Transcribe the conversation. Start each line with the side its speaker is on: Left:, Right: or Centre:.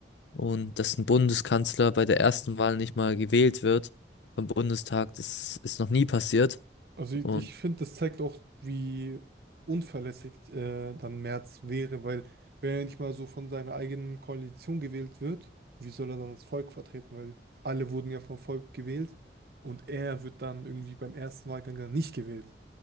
Left: und dass ein Bundeskanzler bei der ersten Wahl nicht mal gewählt wird vom Bundestag. Das ist noch nie passiert
Right: Also ich,
Left: und
Right: ich finde, das zeigt auch, wie unverlässig äh, dann Merz wäre, weil wenn er nicht mal so von seiner eigenen Koalition gewählt wird, wie soll er dann das Volk vertreten? Weil alle wurden ja vom Volk gewählt und er wird dann irgendwie beim ersten Wahlgang dann nicht gewählt.